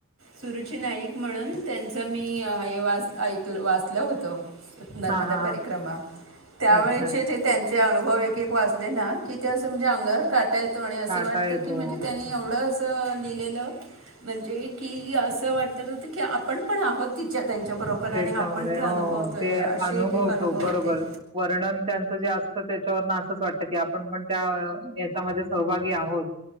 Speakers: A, on the right; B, on the right.
A: सुरुची नाईक म्हणून त्यांच मी हे वाच ऐक वाचलं होतं. नर्मदा
B: हां, हां, हां.
A: परिक्रमा त्यावेळेचे
B: अच्छा.
A: जे त्यां चे अनुभव एक एक वाचले ना. की ते असं म्हणजे अंगावर काटायेत वाट आणि असं
B: काटा
A: वाटतं
B: येतो.
A: की म्हणजे त्यानी एवढं असं लिहिलेलं म्हणजे की असं वाटत होते की, आपण पण आहोत तिच्या त्यांच्याबरोबर. आणि
B: त्याच्यामध्ये
A: आपण ते अनुभवतोय
B: हो हो ते
A: असे
B: अनुभवतो
A: एक एक अनुभव
B: बरोबर.
A: होते
B: वर्णन त्यांचं जे असतं त्याच्यावर असंच वाटत की, आपण पण त्या याच्यामध्ये सहभागी आहोत.